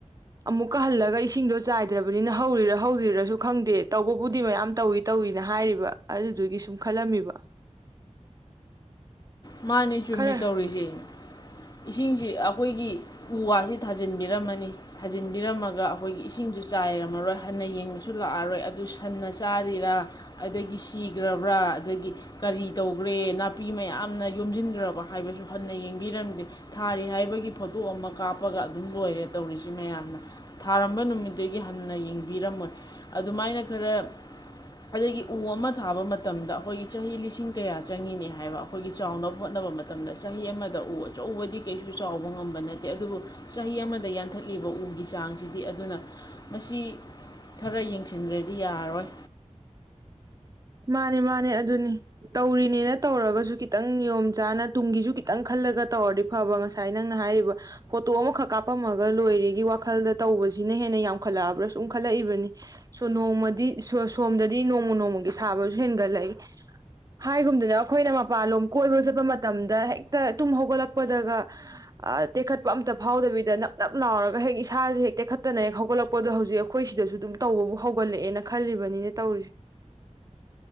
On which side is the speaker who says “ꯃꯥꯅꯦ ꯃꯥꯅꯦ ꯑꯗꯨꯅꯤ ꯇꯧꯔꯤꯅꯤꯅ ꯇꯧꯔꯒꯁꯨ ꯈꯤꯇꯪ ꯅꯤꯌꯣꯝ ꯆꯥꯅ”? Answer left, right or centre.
Right